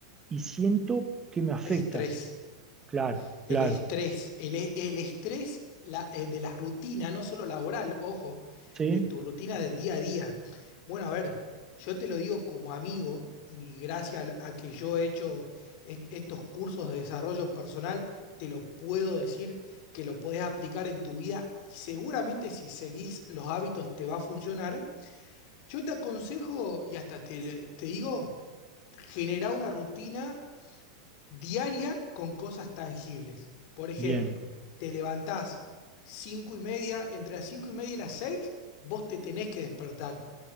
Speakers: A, on the right; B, on the left.
A: y siento que me afecta.
B: estrés.
A: Claro,
B: El
A: claro,
B: estrés, el, e- el estrés la- eh, de la rutina, no solo laboral, ojo,
A: ¿sí?
B: de tu rutina del día a día. Bueno, a ver, yo te lo digo como amigo y gracias al- a que yo he hecho est- estos cursos de desarrollo personal, te lo puedo decir que lo podés aplicar en tu vida y seguramente si seguís los hábitos te va a funcionar. Yo te aconsejo y hasta te, te digo, generar una rutina diaria con cosas tangibles. Por ejemplo,
A: Bien,
B: te levantás cinco y media, entre las cinco y media y las seis, vos te tenés que despertar.